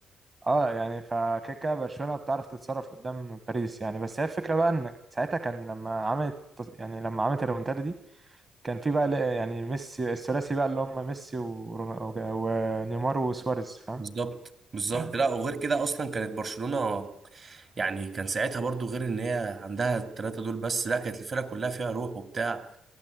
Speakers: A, on the right; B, on the right.
A: اه يعني فكده كده برشلونة بتعرف تتصرف قدام باريس يعني بس هي الفكرة بقى ان ساعتها كان لما عملت يعني لما عملت الريمونتادا دي كان في بقى ل- يعني ميسي الثلاثي بقى اللي هم ميسي ورون- ونيمار وسواريز فاهم
B: بالظبط بالظبط لا وغير كده اصلا كانت برشلونه يعني كان ساعتها برضو غير ان هي عندها الثلاثه دول بس لا كانت الفرقه كلها فيها روح وبتاع